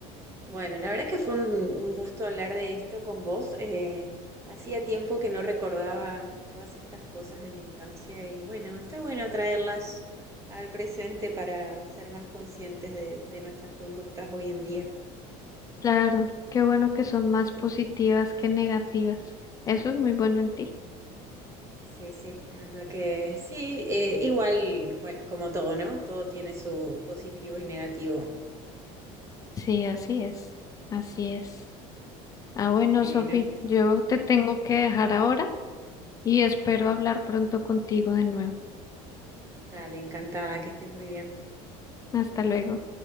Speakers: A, on the right; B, on the left.
A: Bueno, la verdad que fue un, un gusto hablar de esto con vos. eh, hacía tiempo que no recordaba todas estas cosas de mi infancia y bueno, está bueno traerlas al presente para ser más conscientes de de nuestras conductas hoy en día.
B: Claro, qué bueno que son más positivas que negativas. Eso es muy bueno en ti.
A: Sí, sí, la verdad que sí, eh, igual, bueno, como todo, ¿no? Todo tiene su positivo y negativo.
B: Sí, así es, así es. Ah, bueno,
A: Bueno,
B: Sofi, yo te tengo que dejar ahora y espero
A: ok.
B: hablar pronto contigo de nuevo.
A: Dale, encantada, que estés muy bien.
B: Hasta luego.